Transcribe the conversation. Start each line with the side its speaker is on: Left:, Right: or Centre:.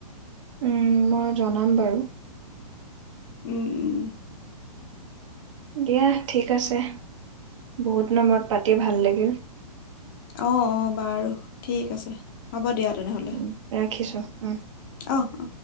Right: উম মই জনাম বাৰু
Left: উম উম
Right: দিয়া ঠিক আছে বহুত দিনৰ মূৰত পাতি ভাল লাগিল
Left: অ অ বাৰু ঠিক আছে হ'ব দিয়া তেনেহ'লে
Right: উ ৰাখিছো উম
Left: অঁ অঁ